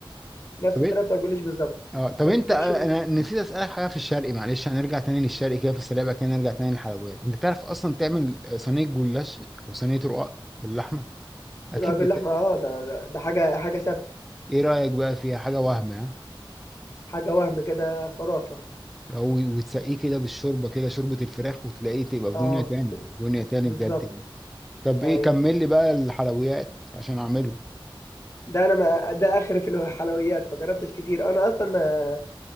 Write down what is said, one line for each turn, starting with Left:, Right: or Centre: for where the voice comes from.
Left: نفس
Centre: طب
Left: الطريقه
Centre: ايه
Left: بتاع الجلاش بالظبط
Centre: اه طب
Left: بس
Centre: انت
Left: بتحشي
Centre: آه، انا نسيت اسالك حاجه في الشرقي معلش هنرجع تاني للشرقي كده في السريع بعد كده نرجع تاني للحلويات انت تعرف اصلا تعمل آه، صينيه جلاش او صينيه رقاق باللحمه اكيد
Left: لا باللحمة
Centre: بت...
Left: اه ده ده ده حاجة حاجة ثابتة
Centre: ايه رايك بقى فيها حاجه وهم ها
Left: حاجة وهم كده خرافة
Centre: او وتسقيه كده بالشوربه كده شوربه الفراخ وتلاقيه تبقى في
Left: اه
Centre: دنيا تاني
Left: ب-
Centre: دنيا تاني
Left: بالظبط
Centre: بجد يعني طب ايه
Left: ايوه
Centre: كمل لي بقى الحلويات عشان اعمله
Left: ده انا ما ده اخر في الحلويات ما جربتش كتير انا اصلا ما